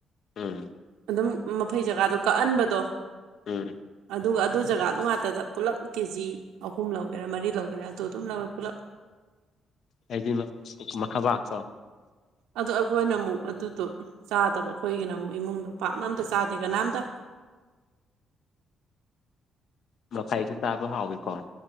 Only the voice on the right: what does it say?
ꯑꯗꯨꯝ ꯃꯐꯩ ꯖꯒꯥꯗꯣ ꯀꯛꯑꯟꯕꯗꯣ
ꯑꯗꯨꯒ ꯑꯗꯨ ꯖꯒꯥꯗꯣ ꯉꯥꯛꯇꯗ ꯄꯨꯂꯞ ꯀꯦꯖꯤ ꯑꯍꯨꯝ ꯂꯧꯒꯦꯔꯥ ꯃꯔꯤ ꯂꯧꯒꯦꯔꯥ ꯑꯗꯨ ꯑꯗꯨꯝ ꯂꯧꯋꯦ ꯄꯨꯂꯞ
ꯑꯗꯣ ꯑꯩꯈꯣꯏꯅ ꯑꯃꯨꯛ ꯑꯗꯨꯗꯣ ꯆꯥꯗꯕ ꯑꯩꯈꯣꯏꯒꯤꯅ ꯑꯃꯨꯛ ꯏꯃꯨꯡꯗꯣ ꯄꯥꯛꯅ ꯑꯝꯇ ꯆꯥꯗꯦ ꯀꯅꯥꯝꯇ꯫